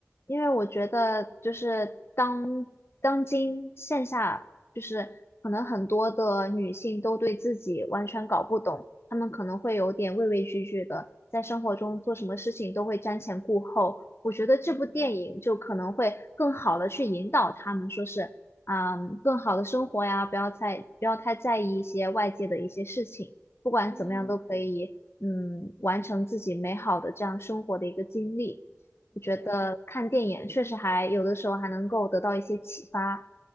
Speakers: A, on the left; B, on the left.
A: 因为我觉得就是当当今线下，就是可能很多的女性都对自己完全搞不懂，她们可能会有点畏畏惧惧的，在生活中做什么事情都会瞻前顾后。我觉得这部电影就可能会更好的去引导她们，
B: 嗯
A: 说是啊，更好的生活呀，不要太不要太在意一些外界的一些事情。不管怎么样都可以，
B: 嗯
A: 嗯，完成自己美好的这样生活的一个经历。我觉得看电影确实还有的时候还能够得到一些启发。
B: 对，